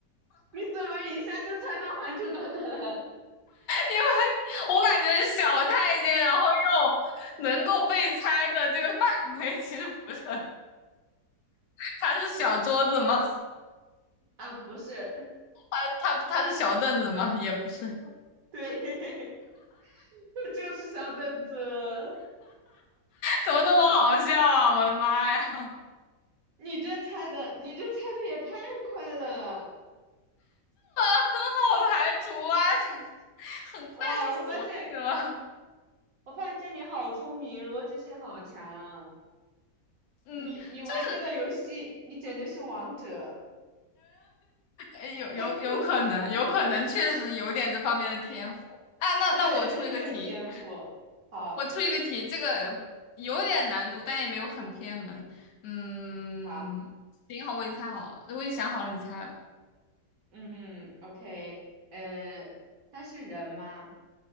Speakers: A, on the right; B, on the left.
A: 你怎么一下就猜到《还珠格格》了？
B: 为我感觉小太监，然后又能够被猜的这个范围其实不是很他是小桌子吗？
A: 啊，不是，
B: 他他他是小凳子吗？也不是，
A: 对，<laughs> 那就是小凳子。
B: 怎么那么好笑啊！我的妈呀，这很好
A: 你这猜的，你这猜的也太快了！
B: 排除啊，很快就锁定了。
A: 哇，我发现，我发现你好聪明，逻辑性好强。
B: 嗯，
A: 你你玩这个游戏，
B: 就是
A: 你简直是王者。
B: 嗯，有有有可能，
A: <laughs>
B: 有可能确实有点这方面的天赋。哎，那那我出一个题，
A: <laughs> 对，很有天赋。好，
B: 我出一个题，这个有点难度，但也没有很偏门。嗯，
A: 好，
B: 行，好，我已经猜好了，我已经想好了，你猜了，
A: 嗯，OK，呃，它是人吗？